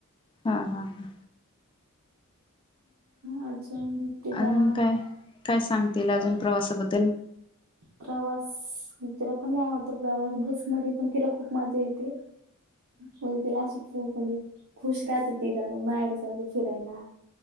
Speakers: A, on the left; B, on the right.
A: हा हा हा.
B: अ अजून तिला
A: अजून काय काय सांग ती? अजून प्रवासाबद्दल.
B: प्रवा <unintelligible> तिला पण लय आवडतं प्रवास बस मध्ये पण तिला खूप मजा येत. म्हणजे, तिला अशी <unintelligible> म्हणजे खुश राहत होती. ग माहेर चाल फिरायला.